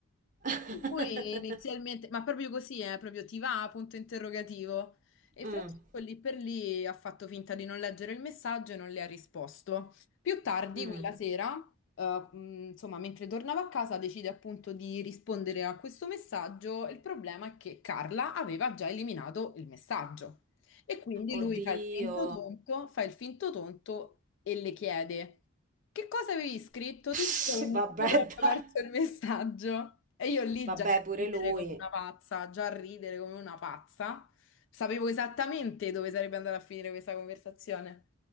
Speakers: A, on the right (about 35°); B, on the left (about 60°).
A: <laughs>
B: Lui inizialmente, ma proprio così, eh, proprio ti va? Punto interrogativo. E
A: Mm,
B: Francesco lì per lì ha fatto finta di non leggere il messaggio e non le ha risposto. Più tardi,
A: mm.
B: quella sera eh, mh, insomma, mentre tornava a casa decide appunto di rispondere a questo messaggio. Il problema è che Carla aveva già eliminato il messaggio e quindi lui
A: Oddio.
B: fa il finto tonto, fa il finto tonto e le chiede: Che cosa avevi scritto?
A: <laughs> Pss,
B: Ti giuro che mi
A: Vabbè,
B: sono proprio
A: dai.
B: perso il messaggio. E io lì
A: Vabbè,
B: già a
A: pure
B: ridere
A: lui.
B: come una pazza, già a ridere come una pazza. Sapevo esattamente dove sarebbe andata a finire questa conversazione.